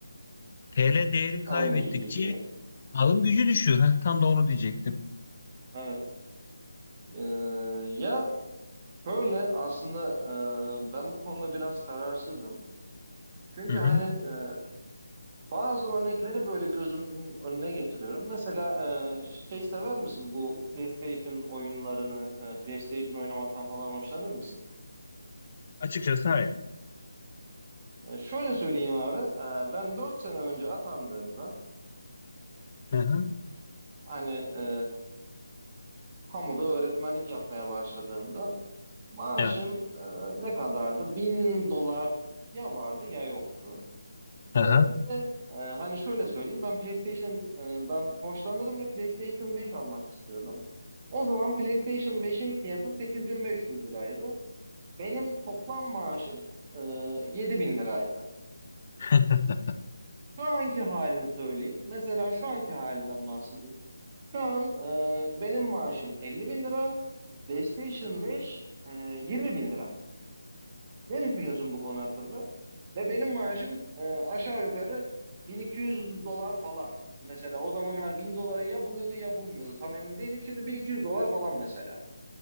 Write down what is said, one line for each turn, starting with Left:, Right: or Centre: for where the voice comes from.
Left: TL değeri kaybettikçe
Right: Alım gücü düşüyor.
Left: alım gücü düşüyor. Heh, tam da onu diyecektim.
Right: Evet. Ee, ya şöyle aslında e, ben bu konuda biraz kararsızım. Çünkü
Left: Hı
Right: hani
Left: hı.
Right: e, Bazı örnekleri böyle gözümün önüne getiriyorum. Mesela e, şey sever misin bu PlayStation oyunlarını, e, PlayStation oynamaktan falan hoşlanır mısın?
Left: Açıkçası hayır.
Right: E, şöyle söyleyeyim abi, e, ben 4 sene önce atandığımda
Left: Hı hı.
Right: hani e, kamuda öğretmenlik yapmaya başladığımda maaşım
Left: Evet.
Right: e, ne kadardı? 1000 dolar ya vardı ya yoktu.
Left: Hı
Right: Ee, ve, e, hani şöyle söyleyeyim ben PlayStation'dan hoşlanırım ve PlayStation 5 almak istiyordum. O zaman PlayStation 5'in fiyatı 8500 liraydı. Benim toplam maaşım e, 7000 liraydı.
Left: <laughs>
Right: Şu anki halini söyleyeyim. Mesela şu anki halinden bahsedeyim. Şu an e, benim maaşım 50 bin lira. PlayStation 5 e, 20 bin lira. Ne düşünüyorsun bu konu hakkında? Ve benim maaşım e, aşağı yukarı 1200 dolar falan. Mesela o zamanlar 1000 doları ya buluyordu ya bulmuyordu. Tam emin değilim. Şimdi 1200 dolar falan mesela.